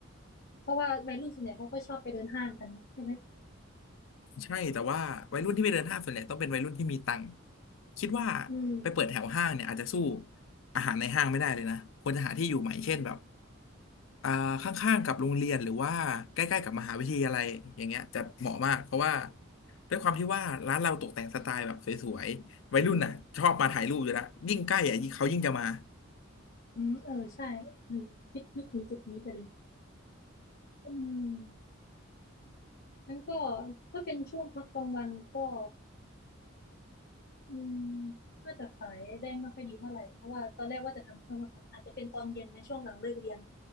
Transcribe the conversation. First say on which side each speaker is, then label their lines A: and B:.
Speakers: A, on the left; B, on the left.
A: เพราะว่าวัยรุ่นส่วนใหญ่เขาก็ชอบไปเดินห้างกันเนาะใช่ไหม
B: ใช่แต่ว่าวัยรุ่นที่ไปเดินห้างส่วนใหญ่ต้องเป็นวัยรุ่นที่มีตังค์คิดว่า
A: อืม
B: ไปเปิดแถวห้างเนี่ยอาจจะสู้อาหารในห้างไม่ได้เลยนะควรจะหาที่อยู่ใหม่เช่นแบบ อ่าข้างๆกับโรงเรียนหรือว่าใกล้ๆกับมหาวิทยาลัยอย่างเงี้ยจะเหมาะมากเพราะว่าด้วยความที่ว่าร้านเราตกแต่งสไตล์แบบสวยๆวัยรุ่นน่ะชอบมาถ่ายรูปอยู่แล้วยิ่งใกล้อ่ะยิ่งเขายิ่งจะมา
A: อืมเออใช่อืมคิดนึกถึงจุดนี้ไปเลยอืมงั้นก็ถ้าเป็นช่วงพักกลางวันก็ อืมน่าจะขายได้ไม่ค่อยดีเท่าไหร่เพราะว่าตอนแรกว่าจะทำช่วงวันธรรมดาอาจจะเป็นตอนเย็นไหมช่วงหลังเลิกเรียน